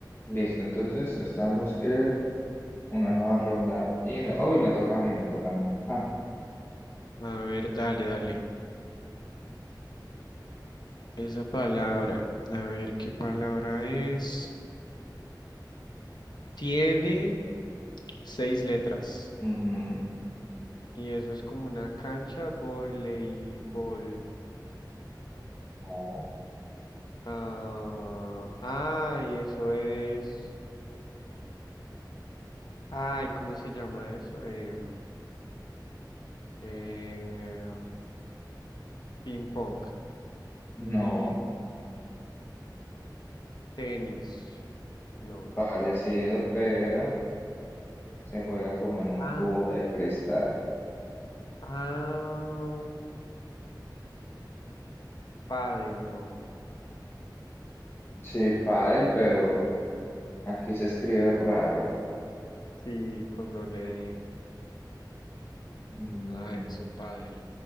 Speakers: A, on the left; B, on the left.
A: Listo, entonces estamos que una nueva ronda y me, uy, me toca a mí, me toca a mí. Ja.
B: A ver, dale, dale. Esa palabra. A ver, ¿qué palabra es? Tiene seis letras.
A: ujú.
B: Y eso es como una cancha voleibol.
A: No,
B: Ah, ay, eso es. Ay, ¿cómo se llama eso? Eh, eh, ping pong.
A: no,
B: Ping tenis. No.
A: parecido, pero se juega como en un
B: Ah,
A: cubo de cristal.
B: ah, pádel, no.
A: Sí, pádel, pero aquí se escribe raro.
B: Sí, con doble D.
A: Mm,
B: Ah, eso, pádel.